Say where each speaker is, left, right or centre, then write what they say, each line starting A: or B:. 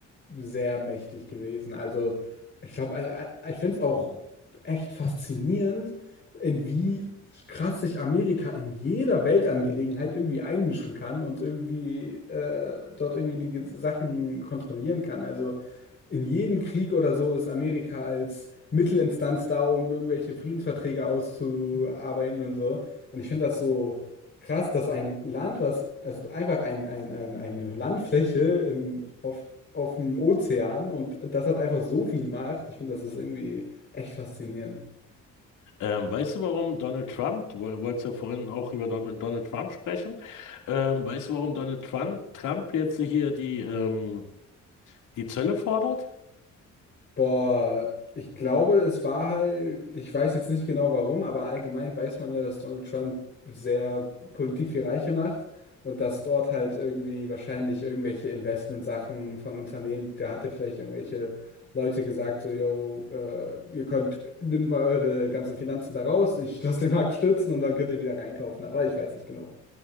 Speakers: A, on the left; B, on the left.
A: sehr mächtig gewesen. Also ich glaube, ich ich finde es auch echt faszinierend, in wie krass sich Amerika in jeder Weltangelegenheit irgendwie einmischen kann und irgendwie äh, dort irgendwie die ge- Sachen kontrollieren kann. Also in jedem Krieg oder so ist Amerika als Mittelinstanz da, um irgendwelche Friedensverträge auszuarbeiten und so. Und ich finde das so. Krass, dass ein Land, was, also einfach ein, ein, ein, eine Landfläche in, auf, auf dem Ozean und das hat einfach so viel Macht. Ich finde, das ist irgendwie echt faszinierend.
B: Ähm, weißt du, warum Donald Trump, du woll- wolltest ja vorhin auch über Don- Donald Trump sprechen, ähm, weißt du, warum Donald Trump, Trump jetzt hier die, ähm, die Zölle fordert?
A: Boah, ich glaube, es war halt, ich weiß jetzt nicht genau warum, aber allgemein weiß man ja, dass Donald Trump sehr Politik für Reiche macht und dass dort halt irgendwie wahrscheinlich irgendwelche Investmentsachen von Unternehmen, da hatte vielleicht irgendwelche Leute gesagt, so, yo, äh, ihr könnt, nimmt mal eure ganzen Finanzen da raus, ich lasse den Markt stürzen und dann könnt ihr wieder reinkaufen, aber ich weiß nicht genau.